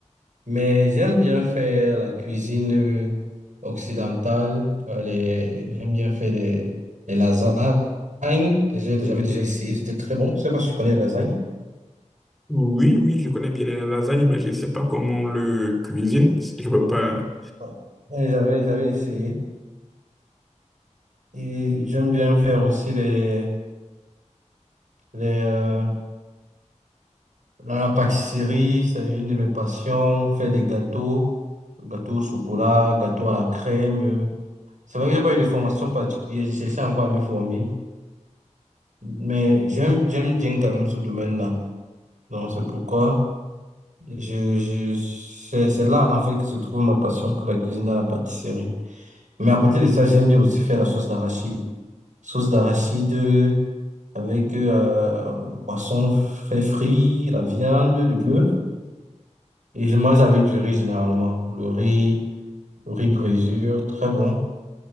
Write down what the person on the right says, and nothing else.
Mais j'aime bien faire la cuisine euh, occidentale. euh, les- J'aime bien faire des les lasagnes. que j'ai- J'avais déjà essayé, c'était très bon. Je sais pas si tu connais les lasagnes.
Ah. Ouais, J'avais, j'avais essayé. Et j'aime bien faire aussi les, les, euh, la la pâtisserie, c'est une de mes passions. Faire des gâteaux, gâteaux au chocolat, gâteaux à la crème. euh. C'est vrai que j'ai pas eu de formation particulière, j'essaie encore à me former. Mais j'aime, j'aime bien quand même ce domaine-là. Donc, c'est pourquoi je, je, c'est c'est là, en fait, que se trouve ma passion pour la cuisine et la pâtisserie. Mais à côté de ça, j'aime bien aussi faire la sauce d'arachide. Sauce d'arachide euh, avec euh, le poisson fait frit, la viande, le bœuf. Et je mange avec du riz généralement. Le riz, le riz brisure, très bon.